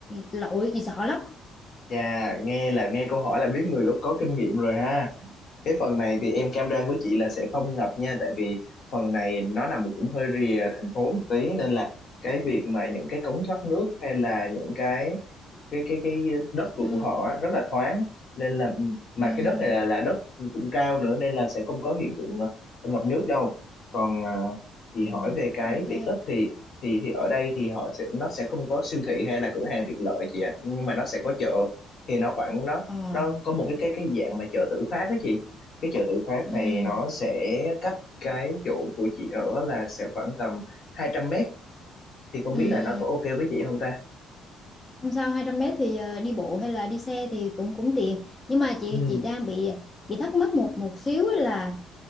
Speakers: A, on the left (about 25°); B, on the left (about 45°).
A: lội chị sợ lắm.
B: Chà, nghe là nghe câu hỏi là biết người có có kinh nghiệm rồi ha cái phần này thì em cam đoan với chị là sẽ không ngập nha tại vì phần này nó nằm cũng hơi rìa thành phố một tí nên là cái việc mà những cái cống thoát nước hay là những cái cái cái cái đất của
A: Ừ.
B: của họ á, rất là thoáng nên là mà
A: Ừ.
B: cái đất này là là đất cũng cao nữa nên là sẽ không có hiện tượng ờ, ngập nước đâu còn à, chị
A: Ừ,
B: hỏi về cái
A: ok.
B: tiện ích thì thì thì ở đây thì họ sẽ nó sẽ không có siêu thị hay là cửa hàng tiện lợi chị ạ nhưng mà nó sẽ có chợ thì nó khoảng nó
A: Ờ,
B: nó có một cái cái cái dạng mà chợ tự phát đó chị cái chợ tự phát
A: ừ,
B: này nó sẽ cách cái chỗ của chị ở là sẽ khoảng tầm 200 mét thì không
A: ừ.
B: biết là nó có ok với chị không
A: Không sao, hai trăm mét thì ờ, đi bộ hay là đi xe thì cũng cũng tiện. Nhưng mà chị
B: ta
A: chị đang bị bị thắc mắc một một xíu á là